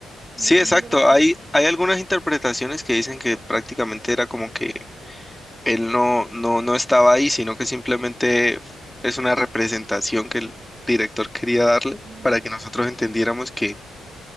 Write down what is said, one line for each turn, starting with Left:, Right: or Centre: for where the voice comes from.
Right: me
Centre: Sí,
Right: confundió
Centre: exacto.
Right: bastante
Centre: Hay,
Right: eso.
Centre: hay algunas interpretaciones que dicen que prácticamente era como que él no, no, no estaba ahí, sino que simplemente es una representación que el director quería darle
Right: Mm,
Centre: para que nosotros entendiéramos que,